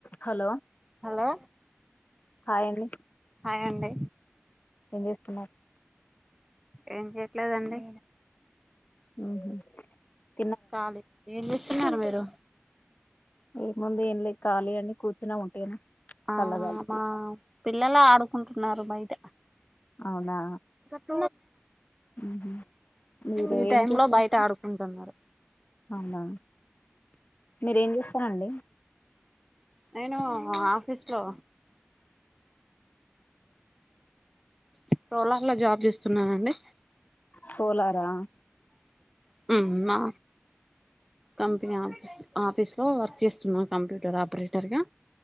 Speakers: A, on the left; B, in the centre.
A: Hello
B: hello
A: hi అండి
B: hi అండి
A: ఏం చేస్తున్నారు
B: ఏం లేదు లేదండి
A: హ్మ్మ్
B: కాలే ఏం తిన్నార మీరు
A: ఏముంది ఏం లేద్ ఖాళీ అండి కూర్చున ఉట్టిగనే
B: ఆ
A: చల్లగాలికి
B: మా పిల్లలు ఆడుకుంటున్నారు బయట
A: అవునా
B: <inaudible>
A: ఉహు మీరు
B: ఈ
A: ఏం
B: టైం
A: చేస్తారు
B: లో బయట ఆడుకుంటున్నారు
A: అవునా మీరేం చేస్తారండి
B: నేనూ ఆఫ్ ఫీస్లో సోలార్ లో జాబ్ చేస్తున్నానండి
A: సోలారా
B: హ్మ్మ్ మా కంపెనీ ఆఫీస్ ఆఫీస్ లో వర్క్ చేస్తున్నా కంప్యూటర్ ఆపరేటర్ గా